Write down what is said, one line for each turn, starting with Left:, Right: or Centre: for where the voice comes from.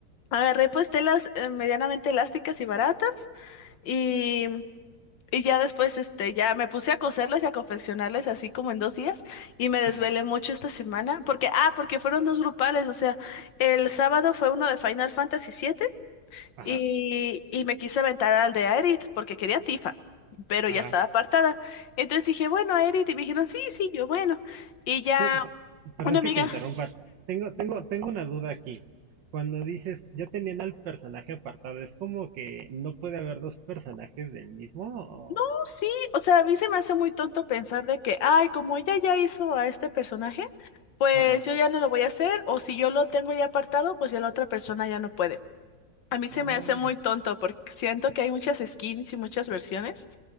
Left: agarré pues telas eh, medianamente elásticas y baratas. Y Y ya después, este, ya me puse a coserlas y a confeccionarles así como en dos días y me desvelé
Right: Ajá,
Left: mucho esta semana porque, ah, porque fueron dos grupales, o sea, el sábado fue uno de Final Fantasy siete
Right: ajá,
Left: y, y me quise aventar al de Aerith porque quería Tifa, pero
Right: ajá.
Left: ya estaba apartada. Entonces dije, bueno, Aerith, y me dijeron, sí, sí, yo, bueno. Y ya
Right: Te- te- perdón
Left: una amiga...
Right: que te interrumpa. Tengo, tengo, tengo una duda aquí. Cuando dices, ya tenían al personaje apartado, ¿es como que no puede haber dos personajes del mismo? o-
Left: No, sí, o sea, a mí se me hace muy tonto pensar de que, ay, como ella ya hizo a este personaje, pues
Right: Ajá.
Left: yo ya no lo voy a hacer, o si yo lo tengo ya apartado, pues ya la otra persona ya no puede. A mí se
Right: Oh,
Left: me hace muy tonto porque siento que hay muchas skins y muchas versiones,